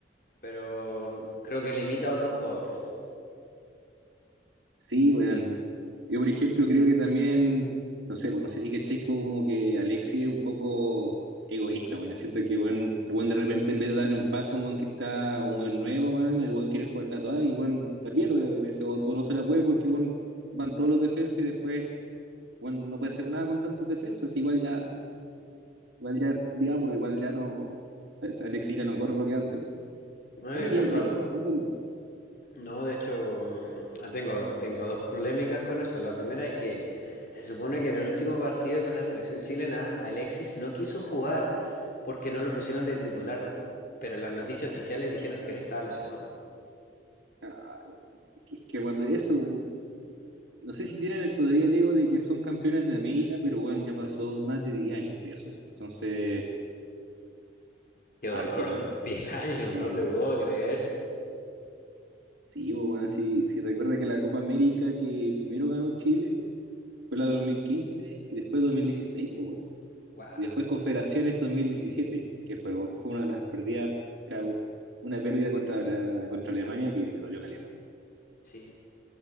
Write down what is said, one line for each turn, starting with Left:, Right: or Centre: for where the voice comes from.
Left: pero creo que limita a otros jugadores.
Right: Sí, weón. Yo, por ejemplo, creo que también, no sé, pues no sé si caché como que Alexis es un poco egoísta, weón. Yo siento que, weón, el weón de repente, en vez de darle un pase a un weón que está, o un weón nuevo, weón, el weón quiere jugarla toda y, weón, la pierde a veces, o, o no se la puede porque, weón, van todos los defensas y después, weón, no puede hacer nada con tantos defensas, igual ya. Igual ya, digámoslo, igual ya no. es- Alexis ya no corre lo que antes, weón.
Left: No
Right: Bueno,
Left: es
Right: Jenny,
Left: verdad.
Right: Jenny está jugando. con-
Left: No, de hecho, mm, ah, tengo, tengo dos polémicas con eso. La primera es que se supone que en el último partido con la selección chilena, Alexis no quiso jugar porque no lo pusieron de titular, pero las noticias oficiales dijeron que él estaba lesionado.
Right: Ah, weón. Es que, es que cuando eso, weón, No sé si tienen el- todavía el ego de que son campeones de América, pero bueno, ya pasó más de 10 años de eso, weón. Entonces,
Left: ¡Qué dolor!
Right: harto, ¿no?
Left: <laughs> diez años,
Right: Sí,
Left: no
Right: bueno.
Left: te puedo creer.
Right: Sí, bueno, si, si recuerda que la Copa América que primero ganó Chile fue la de 2015 y después 2016, pues,
Left: ¡Guau!
Right: Y después Confederaciones 2017, que fue, fue una de las pérdidas, ca- una pérdida contra, contra Alemania que me dolió caleta. weón.
Left: Sí.